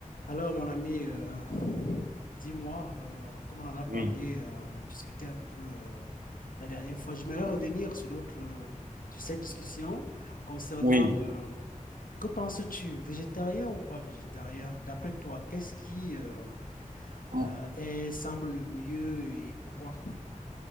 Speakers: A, on the left; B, on the right.
A: Alors, mon ami, euh, dis-moi, euh, comme on en a parlé,
B: Oui,
A: euh, discuté un peu euh, la dernière fois, j'aimerais revenir sur notre, euh, sur cette discussion concernant,
B: oui.
A: euh, que penses-tu, végétarien ou pas végétarien? D'après toi, qu'est-ce qui euh,
B: M
A: euh, est, semble le mieux et pourquoi?